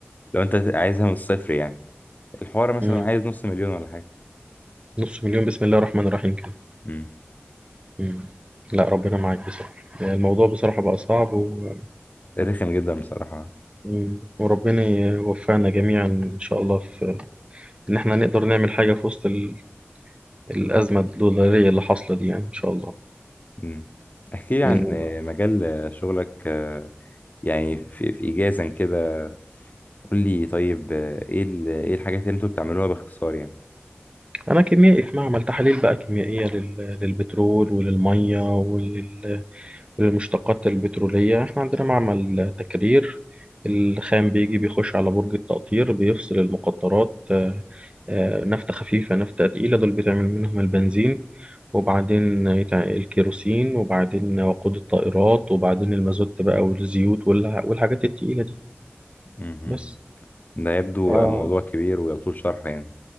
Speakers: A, on the left (about 40°); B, on the right (about 25°).
A: لو انت عايزها من الصفر يعني الحوار مثلا
B: مم.
A: عايز نص مليون ولا حاجة
B: نص مليون بسم الله الرحمن الرحيم كده
A: امم
B: مم. لا ربنا معاك بصراحة الموضوع بصراحة بقى صعب و...
A: رخم جدا بصراحة
B: مم. وربنا يوفقنا جميعا إن شاء الله في إن إحنا نقدر نعمل حاجة في وسط ال... الأزمة الدولارية اللي حاصلة دي يعني إن شاء الله
A: امم احكي لي
B: بإذن
A: عن
B: الله
A: آه، مجال آه، شغلك آه، يعني في, في إيجازا كده قول لي طيب آه، ايه ال- ايه الحاجات اللي انتوا بتعملوها باختصار يعني
B: أنا كيميائي في معمل تحاليل بقى كيميائية لل... للبترول وللمية ولل... المشتقات البترولية احنا عندنا معمل تكرير الخام بيجي بيخش على برج التقطير بيفصل المقطرات آه، آه، نفطة خفيفة نفطة تقيلة دول بتعمل منهم البنزين وبعدين يتع- الكيروسين وبعدين وقود الطائرات وبعدين المازوت بقى والزيوت والع- والحاجات التقيلة دي
A: مهم.
B: بس
A: ده يبدو
B: آه
A: موضوع كبير ويطول شرحه يعني